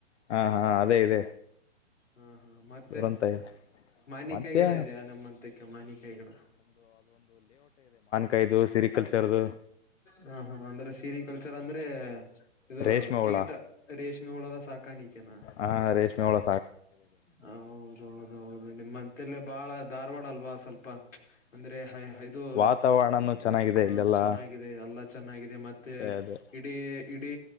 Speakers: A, on the left (about 65°); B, on the left (about 90°).
A: ಹಾ ಹಾ ಅದೇ ಇದೆ
B: ಹಾ ಹಾ ಮತ್ತೆ
A: ದುರಂತ ಇದೆ
B: ಮಾವಿನಕಾಯಿ
A: ಮತ್ತೆ
B: ಗಿಡ ಇದೆಯ ನಿಮ್ಮಂತಕ್ಕೆ ಮಾವಿನಿಕೈ ಗಿಡ
A: ಕೈದು ಸಿರಿಕಲ್ಚರ್ದು
B: ಹ ಹಾ ಅಂದ್ರೆ ಸಿರಿ ಕಲ್ಚರ್ ಅಂದ್ರೆ ಇದು
A: ರೇಷ್ಮೆ
B: ಕೀಟ
A: ಹುಳ
B: ರೇಷ್ಮೆ ಹುಳದ ಸಾಕಾಣಿಕೇನಾ
A: ಹಾ ರೇಷ್ಮೆ ಹುಳಾ
B: ಹೌದು ಹೌದೌದು ನಿಮ್ಮ್ಂತಲ್ಲೇ ಬಾಳ ಧಾರವಾಡ ಅಲ್ವಾ ಸ್ವಲ್ಪ ಅಂದ್ರೆ ಇದು
A: ವಾತಾವರಣನೂ ಚೆನ್ನಾಗಿದೆ
B: ಹ
A: ಇಲ್ಲೆಲ್ಲ
B: ಚೆನ್ನಾಗಿದೆ ಎಲ್ಲಾ ಚೆನ್ನಾಗಿದೆ ಮತ್ತೆ
A: ಅದೇ ಅದೇ
B: ಇಡೀ ಇಡೀ